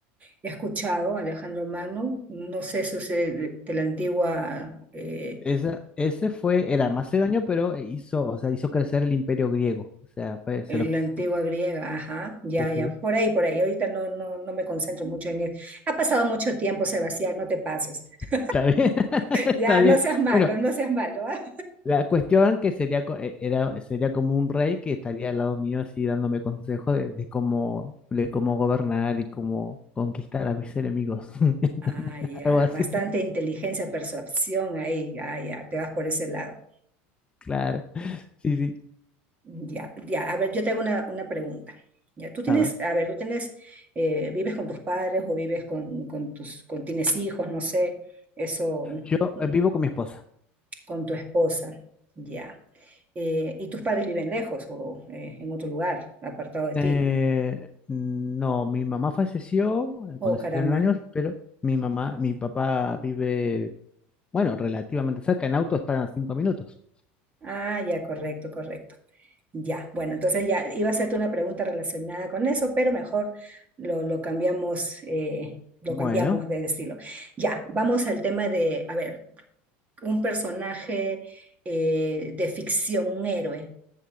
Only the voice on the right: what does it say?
He escuchado a Alejandro Magno, no sé eso es eh, de, de la antigua, eh,
en
la antigua
griega, ajá, ya,
ya, por ahí, por ahí. Ahorita no, no, no me concentro mucho en eso. Ha pasado mucho tiempo, Sebastián, no te pases. <laughs>
Ya,
no seas malo,
no seas malo, ¿ah?
Ah, ya,
bastante inteligencia, percepción ahí, ah, ya, te vas por ese lado.
Ya, ya, a ver, yo te hago una, una pregunta. Ya, tú tienes,
a ver, tú tienes, eh, vives con tus padres o vives con, con tus, con, tienes hijos, no sé, eso,
<laughs> mm,
con tu esposa, ya. Eh, y tus padres viven lejos o eh, en otro lugar, apartado de ti.
Oh,
caramba.
Ah, ya, correcto, correcto. Ya, bueno, entonces ya iba a hacerte una pregunta relacionada con eso, pero mejor lo, lo cambiamos, eh, lo
cambiamos de estilo. Ya, vamos al tema de, a ver. un personaje eh, de ficción, un héroe?